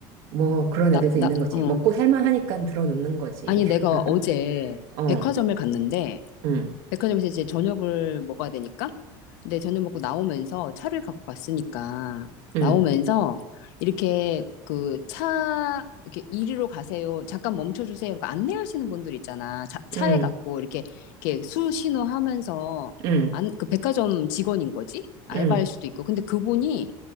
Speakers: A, on the right; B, on the left.
A: 뭐 그런
B: 나,
A: 애들도
B: 나,
A: 있는 거지.
B: 어.
A: 먹고 살만하니까 들어눕는 거지.
B: 아니, 내가
A: <laughs>
B: 어제
A: 어,
B: 백화점을 갔는데,
A: 응,
B: 백화점에서 이제 저녁을 먹어야 되니까. 근데 저녁 먹고 나오면서 차를 갖고 갔으니까
A: 응,
B: 나오면서 이렇게 그 차 이렇게 이리로 가세요. 잠깐 멈춰 주세요. 그 안내하시는 분들 있잖아. 차, 차에
A: 응,
B: 갖고 이렇게 이렇게 수신호 하면서
A: 응,
B: 안, 그 백화점 직원인 거지? 알바일
A: 응,
B: 수도 있고. 근데 그분이